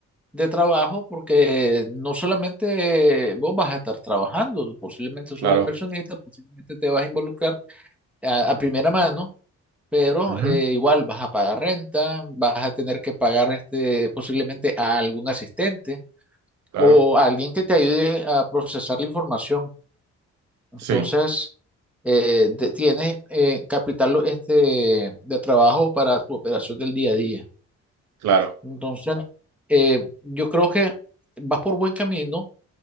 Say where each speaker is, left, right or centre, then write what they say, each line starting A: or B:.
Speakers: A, in the centre; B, on the right (about 65°).
A: de trabajo porque no solamente vos vas a estar trabajando, posiblemente
B: claro,
A: sos inversionista, posiblemente te vas a involucrar a, a primera mano. Pero
B: ajá,
A: eh, igual vas a pagar renta, vas a tener que pagar este, posiblemente a algún asistente,
B: claro.
A: o alguien que te ayude a procesar la información. Entonces,
B: Sí,
A: eh, de- tienes eh, capital lo- este, de trabajo para tu operación del día a día.
B: claro.
A: Entonces, eh, yo creo que vas por buen camino.